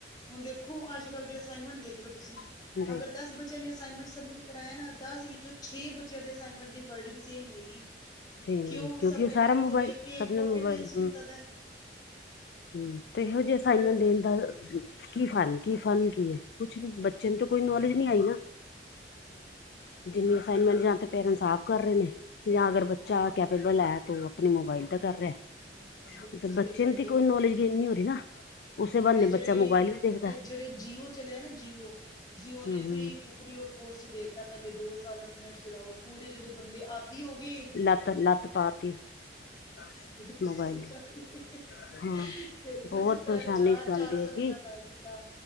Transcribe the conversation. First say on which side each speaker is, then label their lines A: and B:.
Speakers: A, on the left; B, on the left.
A: ਹੁਣ ਦੇਖੋ ਅੱਜ ਕੱਲ ਦੀ ਅਸਾਈਨਮੈਂਟ ਦੇਖ ਲਓ ਤੁਸੀਂ,
B: ਨੂੰ ਦੇਖ
A: ਅਗਰ
B: ਲਓ
A: ਦਸ ਬੱਚ ਚਿਆਂ ਨੇ ਅਸਾਈਨਮੈਂਟ ਸਬਮਿਟ ਕਰਾਆ ਨਾ, ਦਸ ਵਿੱਚੋਂ ਛੇ ਬੱਚਿਆਂ ਦੇ ਅਸਾਈਨਮੈਂਟ ਦੀ ਵਰਡਿੰਗ ਸੇਮ ਹੋਏਗੀ।
B: ਸੇਮ
A: ਕਿਉਂ?
B: ਕਿਉਂਕਿ
A: ਸਭ
B: ਉਹ
A: ਨੇ ਨੈਟ
B: ਸਾਰਾ ਮੋਬਾਇਲ
A: ਤੋਂ ਵੇਖ ਕੇ,
B: ਸਭ ਨੇ
A: ਕੋਪੀ
B: ਮੋਬਾਇਲ
A: ਪੇਸਟ ਈ ਕੀਤਾ ਦਾ ਐ।
B: ਹੂੰ, ਤੇ ਹਜੇ ਅਸਾਈਨਮੈਂਟ
A: ਬ ਹਾਂ
B: ਦੇਣ ਦਾ ਕੀ ਫਨ, ਕੀ ਫਨ ਕੀ ਏ? ਕੁਛ ਨੀ ਬੱਚੇ ਨੂੰ ਤਾਂ ਕੋਈ ਨੌਲੇਜ ਨਈ ਆਈ ਨਾ?
A: ਹੂੰ।
B: ਜਿੰਨੀ ਅਸਾਈਨਮੈਂਟ ਜਾਂ ਤੇ ਪੇਰੈਂਟਸ ਆਪ ਕਰ ਰਏ ਨੇ, ਯਾ ਅਗਰ ਚਾਹ ਕੈਪੇਬਲ ਹੈ ਤੋਂ ਆਪਣੇ ਮੋਬਾਈਲ ਤੇ ਕਰ ਰਿਹਾ,
A: ਹਾਂ ਬਿਲਕੁਲ ਸਹੀ
B: ਬੱਚੇ
A: ਗੱਲ
B: ਨੂੰ ਤੇ
A: ਏ
B: ਕੋਈ ਨੌਲੇਜ ਗੇਨ ਨੀ ਹੋਰੀ ਨਾ? ਉਸੇ ਬਹਾਨੇ
A: ਇਹ ਜਿਹੜੇ,
B: ਬੱਚਾ ਮੋਬਾਇਲ ਵੀ ਦੇਖਦਾ
A: ਇਹ ਜਿਹੜੇ ਜੀਓ ਚਲੇਆ ਨਾ ਜੀਓ ਜੀਓ ਨੇ
B: ਹੂੰ
A: ਫਰੀ
B: ਹੂੰ
A: ਕੁ, ਫਰੀ ਓ ਕੋਸਟ ਦੇਤਾ, ਪਹਿਲੇ ਦੋ ਸਾਲ ਅਸੀਂ ਨੈਟ ਚਲਾਓ, ਪੂਰੇ ਜਦੋਂ ਬੰਦੇ ਆਦੀ ਹੋ ਗਏ
B: ਲਾਤ, ਲਾਤ ਪਾਤੀ। <inaudible>
A: ਬਿਲਕੁਲ
B: ਮੋਬਾਇਲ
A: ਸਹੀ
B: ਦੀ
A: ਗਲ ਏ,
B: ਹਾਂ
A: ਫੇਰ ਜੀ
B: ਬਹੁਤ
A: ਸਿੱਧਾ
B: ਪਰੇਸ਼ਾਨੀ
A: ਰਿਚਾਰਜ
B: ਇਸ ਗੱਲ
A: ਚਾਰ
B: ਦੀ
A: ਸੌ
B: ਹੈਗੀ
A: ਰੁਪਏ ਦਾ ਕਰ ਦਿੱ ਤਾ।